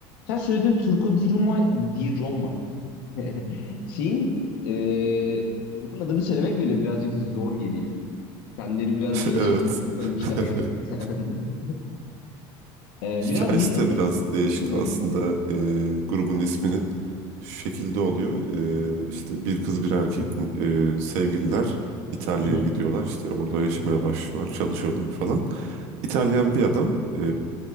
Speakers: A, on the left; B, on the right.
A: Sen söyledin Turco di Roma, di Roma. <laughs> Şeyin e, grubun adını söylemek bile birazcık zor geliyor. Kendileri biraz
B: <laughs>
A: değişik
B: Evet.
A: bir isim koymuşlar
B: <laughs>
A: gerçekten. <laughs> E,
B: Hikayesi
A: biraz dinledim.
B: de biraz
A: Çok
B: değişik
A: hoşuma
B: aslında
A: gitti.
B: e, grubun isminin şu şekilde oluyor. E, işte bir kız bir erkek e, sevgililer İtalya'ya
A: Hı hı.
B: gidiyorlar işte orada yaşamaya başlıyorlar çalışıyorlar falan. İtalyan bir adam e,